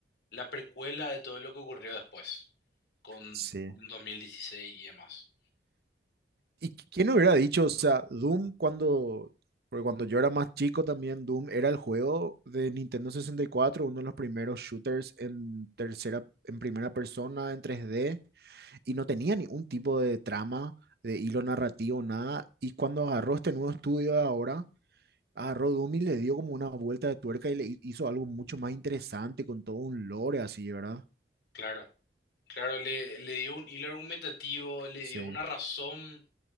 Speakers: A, on the left (about 70°); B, on the right (about 60°).
A: la precuela de todo lo que ocurrió después, con
B: Sí.
A: un 2016 y demás.
B: ¿Y qui- quién hubiera dicho, o sea, Doom cuando, porque cuando yo era más chico también, Doom era el juego de Nintendo 64, uno de los primeros shooters en tercera, en primera persona, en 3D. y no tenía ningún tipo de trama, de hilo narrativo, nada. Y cuando agarró este nuevo estudio de ahora, agarró Doom y le dio como una vuelta de tuerca y le hi- hizo algo mucho más interesante con todo un lore así, ¿verdad?
A: Claro, claro, le, le dio un hilo argumentativo, le
B: Sí,
A: dio una razón